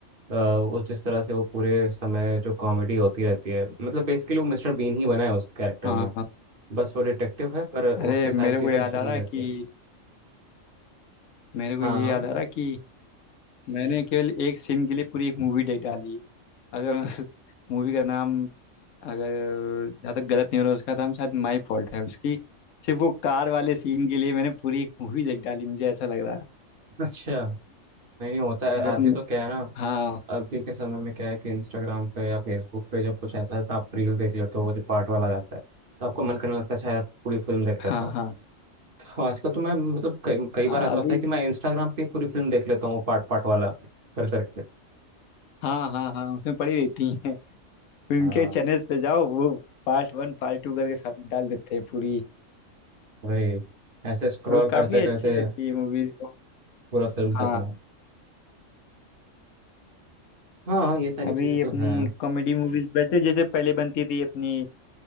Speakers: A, on the right; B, on the left.
A: अ, वो जिस तरह से वो पूरे समय जो कॉमेडी होती रहती है मतलब बेसिकली वो मिस्टर बीन ही बना है उस कैरेक्टर
B: हाँ
A: में
B: हाँ
A: बस वो डिटेक्टिव है पर उसके
B: अरे
A: सारी
B: मेरे
A: चीज़ें
B: को याद
A: मिस्टर
B: आ
A: बीन
B: रहा
A: जैसी
B: है कि
A: हैं
B: मेरे को
A: हाँ
B: ये
A: हाँ
B: याद आ रहा है कि मैंने केवल एक सीन के लिए पूरी एक मूवी देख डाली है अगर <laughs> मैं उस मूवी का नाम अगर जहाँ तक गलत नहीं हो रहा उसका नाम शायद माई फॉल्ट है उसकी सिर्फ वो कार वाले सीन के लिए मैंने पूरी एक मूवी देख डाली मुझे ऐसा लग रहा है
A: अच्छा नहीं नहीं होता है
B: अगर
A: अभी
B: तुम
A: तो क्या है ना
B: हाँ
A: अभी के समय में क्या है कि इंस्टाग्राम पे या फेसबुक पे जब कुछ ऐसा है तो आप रील देख लेते हो वो जो पार्ट वाला जाता है तो आपको मन करने लगता है अच्छा यार पूरी फिल्म देख
B: हाँ
A: लेता हूँ
B: हाँ
A: तो आजकल तो मैं मतलब कई कई
B: हाँ
A: बार ऐसा
B: अभी
A: होता है कि मैं इंस्टाग्राम पे पूरी फिल्म देख लेता हूँ पार्ट पार्ट वाला कर करके
B: हाँ हाँ हाँ उसमें पड़ी रहती हैं उनके
A: हाँ
B: चैनल्स पे जाओ वो पार्ट वन पार्ट टू करके सब डाल देते हैं पूरी
A: वही ऐसे स्क्रॉल
B: तो काफी
A: करते करते
B: अच्छी रहती है मूवीज
A: पूरा फिल्म खत्म
B: हाँ
A: हाँ ये सारी
B: अभी
A: चीजें तो
B: अपनी
A: है
B: कॉमेडी मूवीज वैसे जैसे पहले बनती थी अपनी